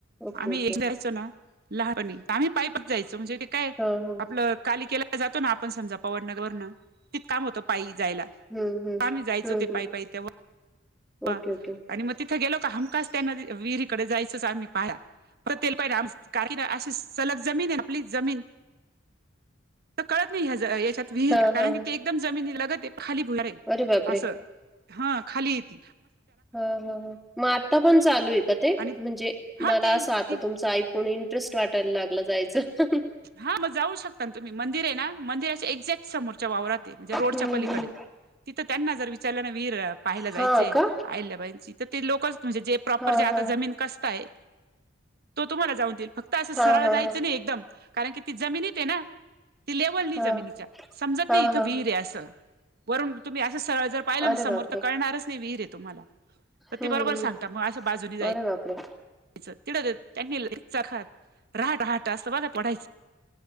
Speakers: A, in the centre; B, on the right.
A: ओके
B: आम्ही
A: ओके
B: एक जायचो ना लहानपणी आम्ही पाईपच जायचो म्हणजे. काय
A: हा हा
B: आपलं काली केल्या जातो ना आपण समजा पवणवरणं तिथ काम होतं पायी जायला.
A: हम्म हम्म
B: आम्ही जायचो
A: हम्म
B: ते
A: हम्म
B: पायीपायी त्यावर
A: ओके ओके
B: आणि मग तिथे गेलो का हमखास त्या न विहिरीकडे जायचोच आम्ही पाया <unintelligible> कारण की अशी सलग जमीन आहे आपली जमीन कळत नाही याच्यात विहीर
A: हा
B: कारण
A: हा
B: की ते एकदम जमीन लगत आहे खाली भुयार आहे
A: अरे बापरे
B: असं हा खाली हायती
A: हा हा हा म आता पण चालू हाय का ते
B: आणि
A: म्हणजे
B: हा
A: मला
B: ती
A: अस आता
B: ती
A: तुमचं ऐकून इंटरेस्ट वाटायला लागलं जायचं
B: हा म जाऊ शकता तुम्ही मंदिर आहे ना मंदिराच्या एक्झॅक्ट समोरच्या वावरात म्हणजे रोडच्या
A: हम्म
B: पलीकडे
A: हम्म
B: तिथं त्यांना जर विचारल्या ना विहिर पाहायला
A: हा
B: जायचे
A: का
B: आहिल्याबाईंची तर ते लोकच म्हणजे जे प्रॉपर
A: हा
B: जे आता
A: हा
B: जमीन कसताय तो तुम्हाला जाऊन देईल फक्त असं सरळ
A: हा हा
B: जायचं नाही एकदम कारण की ती जमिनीत आहे ना ती लेवल नाही
A: हा
B: जमिनीच्या समजत
A: हा
B: नाही इथं
A: हा
B: विहीर
A: हा
B: आहे असं वरून तुम्ही अशे सरळ जर पाहिलं
A: अरे
B: ना समोर
A: बापरे
B: कळणारच नाही विहीर आहे तुम्हाला तर
A: हम्म
B: ते बरोबर
A: हम्म
B: सांगतात म अस बाजूने जायचं
A: अरे बापरे
B: तिड त्यांनी चखात राहाट राहाट असं बघत पढायचं